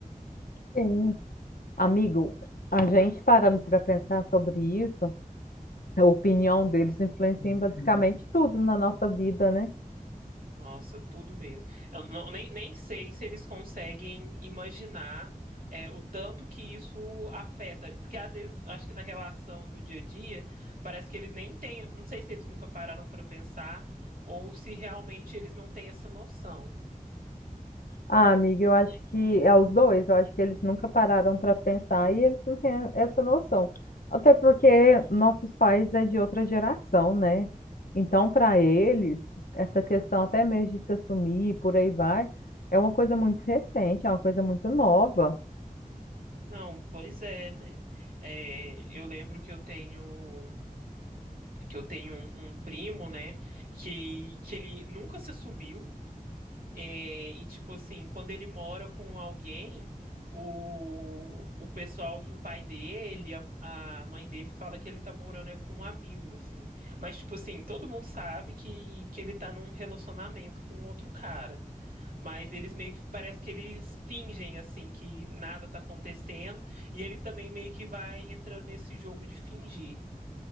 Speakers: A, on the left; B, on the right.
A: Sim. Amigo, a gente parando para pensar sobre isso, a opinião deles influencia em basicamente tudo na nossa vida, né?
B: Nossa, tudo mesmo. Eu não- nem, nem sei se eles conseguem imaginar é, o tanto que isso afeta. Porque às vezes, acho que na relação do dia a dia, parece que eles nem têm. Não sei se eles nunca pararam para pensar ou se realmente eles não têm essa noção.
A: Ah, amiga, eu acho que é os dois, eu acho que eles nunca pararam para pensar e eles não têm essa noção. Até porque nossos pais é de outra geração, né? Então, para eles, essa questão até mesmo de se assumir e por aí vai, é uma coisa muito recente, é uma coisa muito nova.
B: Não, pois é, né? É, eu lembro que eu tenho que eu tenho um, um primo, né, que, que ele nunca se assumiu. É, e tipo assim, quando ele mora com alguém, o, o pessoal, o pai dele, a, a mãe dele fala que ele tá morando é com um amigo, assim. Mas tipo assim, todo mundo sabe que, que ele tá num relacionamento com outro cara. Mas eles meio que parece que eles fingem assim que nada tá acontecendo, e ele também meio que vai entrando nesse jogo de fingir.